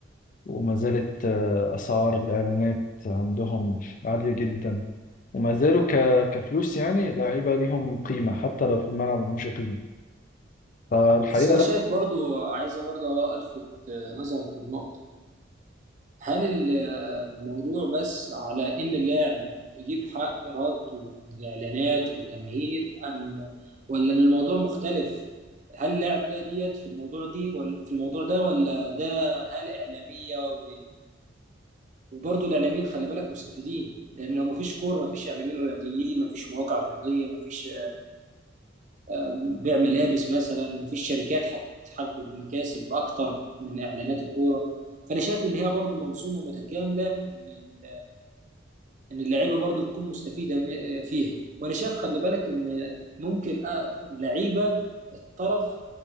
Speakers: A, on the left; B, on the right.
A: وما زالت آه، أسعار الإعلانات عندهم عالية جدا وما زالوا ك... كفلوس يعني لعيبة ليهم قيمة حتى لو في الملعب ما لهمش قيمة فالحقيقة
B: بس انا
A: لا
B: شايف برضو عايزه برضو الفت آه، نظرك لنقطه هل ال- الموضوع بس على إن اللاعب بيجيب حق إرادته والإعلانات والجماهير أم ولا إن الموضوع مختلف؟ هل اللاعب ده ليه يد في الموضوع دي ولا في الموضوع ده ولا ده هل إعلامية و... وبرضه الإعلاميين خلي بالك مستفيدين لأن لو مفيش كورة مفيش إعلاميين رياضيين مفيش مواقع رياضية مفيش آه، بيع ملابس مثلا مفيش شركات هتحقق مكاسب أكتر من إعلانات الكورة فأنا شايف إن هي برضه منظومة متكاملة إن ان اللعيبه برضو تكون مستفيده م- فيها وانا شايف خلي بالك ان ممكن آه، اللعيبه الطرف